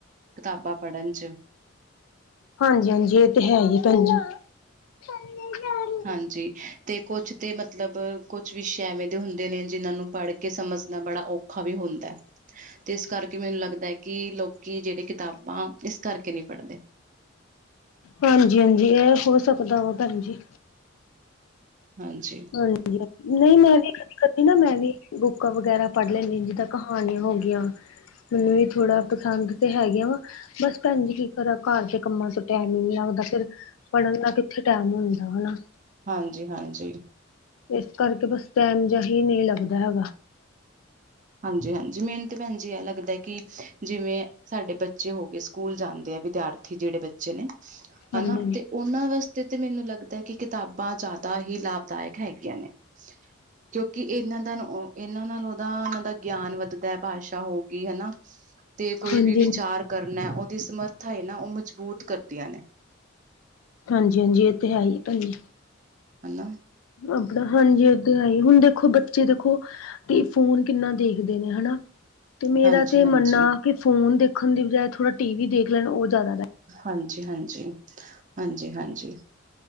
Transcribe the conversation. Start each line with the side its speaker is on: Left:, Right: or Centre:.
Right: ਕਿਤਾਬਾਂ ਪੜ੍ਹਨ ਚ
Left: ਹਾਂਜੀ-ਹਾਂਜੀ ਏਹ ਤੇ ਹੈ ਹੀ ਭੈਣ ਜੀ। <inaudible>
Right: ਹਾਂਜੀ ਤੇ ਕੁਛ ਤੇ ਮਤਲਬ ਕੁਛ ਵਿਸ਼ੇ ਐਵੇਂ ਦੇ ਹੁੰਦੇ ਨੇ ਜਿਹਨਾਂ ਨੂੰ ਪੜ ਕੇ ਸਮਝਣਾ ਬੜਾ ਔਖਾ ਵੀ ਹੁੰਦਾ। ਤੇ ਇਸ ਕਰਕੇ ਮੈਨੂੰ ਲੱਗਦਾ ਐ ਕਿ ਲੋਕੀ ਜਿਹੜੇ ਕਿਤਾਬਾਂ ਇਸ ਕਰਕੇ ਨੀਂ ਪੜਦੇ
Left: ਹਾਂਜੀ-ਹਾਂਜੀ ਏਹ ਹੋ ਸਕਦਾ ਵਾ ਭੈਣ ਜੀ।
Right: ਹਾਂਜੀ
Left: ਹਾਂਜੀ ਨਹੀਂ ਮੈਂ ਵੀ ਕਦੇ ਨਾ ਮੈਂ ਵੀ ਬੁੱਕਾਂ ਵਗੈਰਾ ਪੜ ਲੈਣੀ ਜਿੱਦਾਂ ਕਹਾਣੀਆਂ ਹੋ ਗਈਆਂ। ਮੈਨੂੰ ਵੀ ਥੋੜਾ ਪਸੰਦ ਤੇ ਹੈਗੇ ਵਾ। ਬਸ ਭੈਣ ਜੀ ਕੀ ਕਰਾਂ ਘਰ ਦੇ ਕੰਮਾਂ ਤੋਂ ਟੈਮ ਹੀ ਨਈ ਲੱਗਦਾ ਫੇਰ ਪੜਨ ਦਾ ਕਿੱਥੇ ਟੈਮ ਹੁੰਦਾ ਹਨਾ
Right: ਹਾਂਜੀ-ਹਾਂਜੀ।
Left: ਏਸ ਕਰਕੇ ਬਸ ਟੈਮ ਜਿਹਾ ਈ ਨੀ ਲੱਗਦਾ ਹੈਗਾ।
Right: ਹਾਂਜੀ-ਹਾਂਜੀ ਮੈਨੂੰ ਤੇ ਭੈਣ ਜੀ ਐਹ ਲਗਦਾ ਕਿ, ਜਿਵੇਂ ਸਾਡੇ ਬੱਚੇ ਹੋਗੇ ਸਕੂਲ ਜਾਂਦੇ ਆ ਵਿਦਿਆਰਥੀ ਜੇੜੇ ਬੱਚੇ ਨੇ,
Left: ਹਾਂਜੀ
Right: ਹਨਾ ਤੇ ਓਨਾਂ ਵਾਸਤੇ ਤੇ ਮੈਨੂੰ ਲੱਗਦੈ ਕਿ ਕਿਤਾਬਾਂ ਜ਼ਿਆਦਾ ਹੀ ਲਾਭਦਾਇਕ ਹੈਗੀਆਂ ਨੇ। ਕਿਉਂਕਿ ਏਨਾ ਦਨ ਏਨਾ ਨਾਲ ਓਦਾ ਓਨਾਂ ਦਾ ਗਿਆਨ ਵੱਧਦਾ ਭਾਸ਼ਾ ਹੋਗੀ ਹਨਾ, ਤੇ ਕੋ‌ਈ
Left: ਹਾਂਜੀ
Right: ਵੀ ਵਿਚਾਰ
Left: ਹਾਂਜੀ
Right: ਕਰਨਾ ਓਦੀ ਸਮਰ ਥਾ ਏ ਨਾ ਓ ਮਜ਼ਬੂਤ ਕਰਦੀਆਂ ਨੇ।
Left: ਹਾਂਜੀ-ਹਾਂਜੀ ਏ ਤੇ ਹੈ ਹੀ ਐ ਭੈਣ ਜੀ।
Right: ਹਨਾ?
Left: ਆਪਣਾ ਹਾਂਜੀ ਏ ਤੇ ਹੈ ਈ, ਹੁਣ ਦੇਖੋ ਬੱਚੇ ਦੇਖੋ ਤੇ ਫੋਨ ਕਿੰਨਾ ਦੇਖਦੇ ਨੇ ਹਨਾ। ਤੇ ਮੇਰਾ
Right: ਹਾਂਜੀ-ਹਾਂਜੀ,
Left: ਤੇ ਮੰਨਣਾ ਕਿ ਫੋਨ ਦੇਖਣ ਦੀ ਬਜਾਏ ਥੋੜਾ ਟੀ ਵੀ ਦੇਖ ਲੈਣ ਓ ਜਾਦਾ
Right: ਹਾਂਜੀ-ਹਾਂਜੀ, ਹਾਂਜੀ-ਹਾਂਜੀ